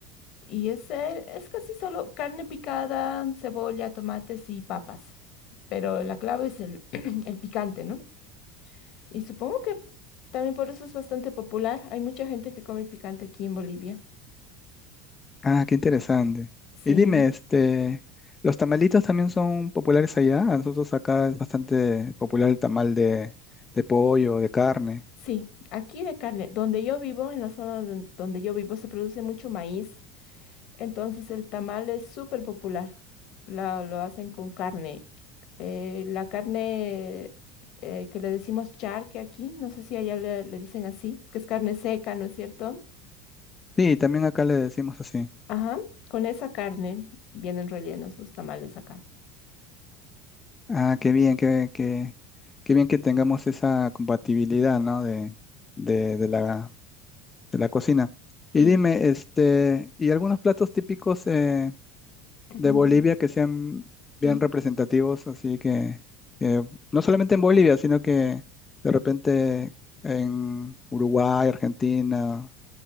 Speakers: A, on the left; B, on the left.
A: Y es, eh, es casi solo carne picada, cebolla, tomates y papas. Pero la clave es el, <clears throat> el picante, ¿no? Y supongo que también por eso es bastante popular. Hay mucha gente que come picante aquí en Bolivia.
B: Ah, qué interesante.
A: Sí.
B: Y dime, este, ¿los tamalitos también son populares allá? A nosotros acá es bastante popular el tamal de, de pollo, de carne.
A: Sí, aquí de carne. Donde yo vivo, en la zona don- donde yo vivo, se produce mucho maíz, entonces el tamal es súper popular. La- lo hacen con carne. Eh, la carne eh, que le decimos charque aquí, no sé si allá le, le dicen así, que es carne seca, ¿no es cierto?
B: Sí, también acá le decimos así.
A: Ajá, con esa carne vienen rellenos los tamales acá.
B: Ah, qué bien, qué, qué, qué bien que tengamos esa compatibilidad, ¿no? De, de, de la, de la cocina. Y
A: Sí,
B: dime, este, ¿y algunos platos típicos eh,
A: <clears throat>
B: de Bolivia que sean bien
A: sí.
B: representativos? Así que, que no solamente en Bolivia, sino que de repente en Uruguay, Argentina,